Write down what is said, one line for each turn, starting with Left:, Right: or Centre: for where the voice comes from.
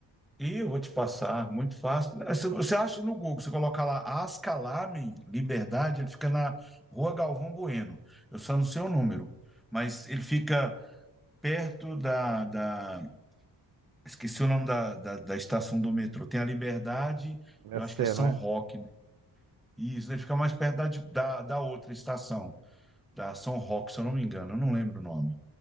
Centre: E eu vou te passar, muito fácil. É, Se Você acha no Google, você coloca lá Asca Lamen, Liberdade, ele fica na Rua Galvão Bueno. Eu só não sei o número, mas ele fica perto da, da- esqueci o nome da, da, da estação do metrô. Tem a Liberdade,
Right: É
Centre: eu
Right: sério,
Centre: acho que é São
Right: não é?
Centre: Roque, né? Isso, ele fica mais perto da, de- da, da outra estação da Ação Rock, se eu não me engano, eu não lembro o nome,